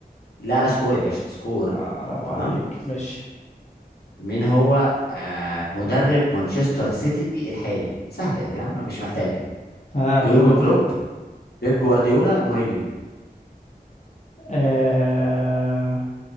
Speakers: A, on the left; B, on the left.
A: لا لا سكور يا باشا سكور
B: آه لهو
A: تمام
B: عليك ماشي
A: مين هو آه مدرب مانشستر سيتي الحالي سهل يا عم مش محتاجه
B: ها
A: يورجن
B: آه قول اختيار
A: كلوب بيب جوارديولا مورينيو
B: آه...